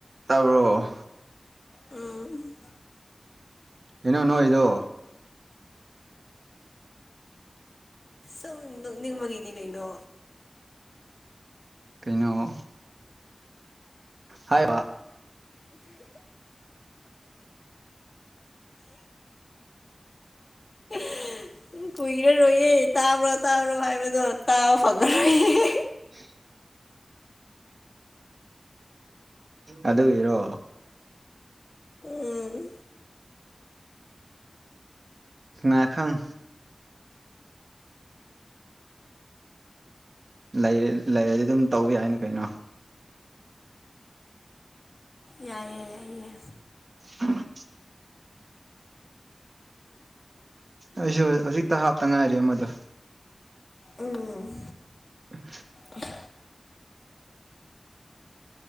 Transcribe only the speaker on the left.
ꯎꯝ
ꯁꯨꯝ ꯅꯣꯛꯅꯤꯡꯕꯒꯤꯅꯦ ꯀꯩꯅꯣ
<inaudible> ꯀꯨꯏꯔꯔꯣꯏꯌꯦ ꯇꯥꯕ꯭ꯔꯣ ꯇꯥꯕ꯭ꯔꯣ ꯍꯥꯏꯕꯗꯣ ꯇꯥꯕ ꯐꯪꯑꯔꯣꯏꯌꯦ
ꯎꯝ
ꯌꯥꯏꯌꯦ ꯌꯥꯏꯌꯦ
ꯎꯝ
ꯑ